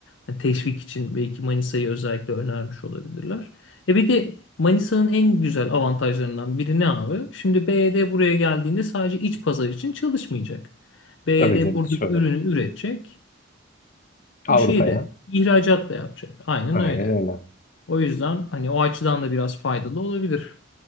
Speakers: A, on the left; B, on the left.
A: Hani teşvik için belki Manisa'yı özellikle önermiş olabilirler. E bir de Manisa'nın en güzel avantajlarından biri ne abi? Şimdi BYD buraya geldiğinde sadece iç pazar için çalışmayacak. BYD
B: Tabii canım
A: burada
B: dış pazar.
A: ürünü üretecek
B: Avrupa'ya.
A: şeyde ihracat da yapacak. Aynen
B: Aynen
A: öyle.
B: öyle.
A: O yüzden hani o açıdan da biraz faydalı olabilir.